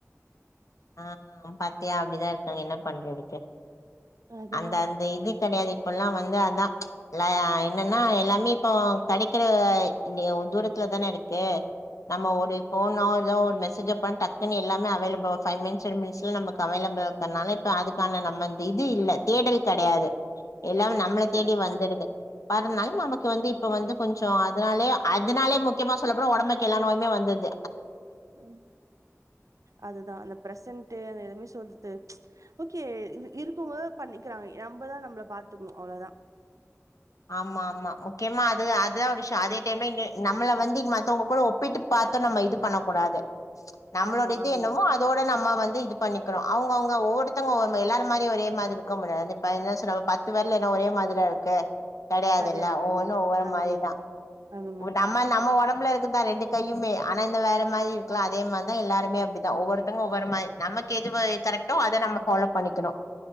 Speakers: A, on the left (about 85°); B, on the right (about 80°).
A: ஆ பாத்தியா அப்டிதா இருக்காங்க என்ன பண்ரதுக்கு.
B: அதுதா
A: அந்த அந்த இது கிடையாது இப்பெல்லா வந்து அ அதான் என்னன்னா எல்லாமே இப்போ கடைக்கிற தூரத்துல தானே இரு. க்கு ஓ நம்ம ஒரு போனோ இல்ல எதோ ஒரு மெசேஜோ பண்ண டக்குன்னு எல்லாமே available five minutes ten minutes ல்ல நமக்கு அவைலபிள் இருக்கிறதுனால இப்ப அதுக்கான நம்ம இது இல்ல தேடல் கடையாது. எல்லாம்
B: கண்டக்ட்
A: நம்மளை தேடி
B: கரெக்ட்
A: வந்துடுது பறனால நமக்கு வந்து. இப்ப வந்து கொஞ்ச அதனாலே அதனாலே முக்கியமா சொல்லப் போன உடம்புக்கு எல்லா நோயுமே வந்தது.
B: ம் அதுதான் அந் பிரசன்ட்டு அது எதுவுே சொல்து ஓகே இருக்குபோது பண்ணிக்கிறாங்க நம்மதா நம்ம பா பாத்துக்கணு அவ்ளோதா
A: <inaudible> ஆமா ஆமா முக்கியமா அது அதா ஒரு விஷய அதே டைம நம்மள வந்து மத்தவங்க கூட ஒப்பிட்டு பா. <unintelligible> நம்ம இது பண்ணக்கூடாது நம்மளோட
B: ஆமா
A: இது
B: ஆமா
A: என்னமோ அதோட நம்ம வந்து இது பண்ணிக்க. <unintelligible> அவங்க அவங்க ஒவ்வொருத்தங்க எல்லாரு மாரி ஒரே மார இருக்க முடியாது <unintelligible> பத்து விரலும்ன்ன ஒரே மாரியா இரு. இருக்கு கடையாதுல்ல
B: கெடையாது கெடையாது
A: ஒவ்வொன்னு ஒவ்வொரு
B: அது
A: மாரிதா
B: அது மாரிதா
A: நம்ம நம்ம உடம்புல இரு. தான் ரெண்டு கையுமே ஆனா இந்த வேற மாதிர இருக்கு லா அதே மாதிதான் எல்லாருமே அப்படிதான் ஒவ்வொருத்தங்க ஒ்வொருமாறி நமக்கு. இதுபோய் கரெக்டோ அத நம்ம ஃபாலோ பண்ணிக்கணு